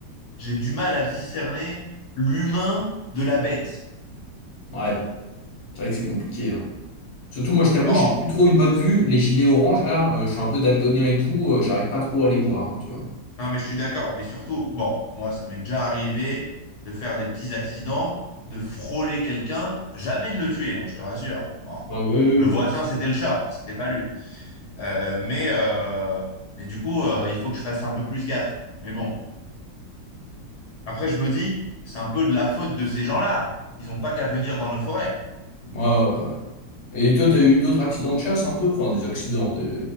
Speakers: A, on the left; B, on the left.
A: j'ai du mal à discerner l'humain de la bête.
B: ouais, c'est vrai que c'est compliqué. hein. Surtout, moi, je t'avoue,
A: Bon,
B: j'ai plus trop une bonne vue. Les gilets oranges, là, euh, je suis un peu daltonien et tout, euh, j'arrive pas trop à les voir, hein, tu vois.
A: non, mais je suis d'accord, mais surtout, bon, moi, ça m'est déjà arrivé de faire des petits accidents, de frôler quelqu'un, jamais de le tuer, hein, je te rassure. Bon,
B: Ouais, ouais,
A: le voisin,
B: ouais.
A: c'était le chat, c'était pas lui. Euh, mais, euh, mais du coup, euh, il faut que je fasse un peu plus gaffe. Mais bon. Après, je me dis, c'est un peu de la faute de ces gens-là. Ils n'ont pas qu'à venir dans nos forêts.
B: Moi, Et toi, t'as eu d'autres accidents de chasse un peu? Enfin, des accidents, des,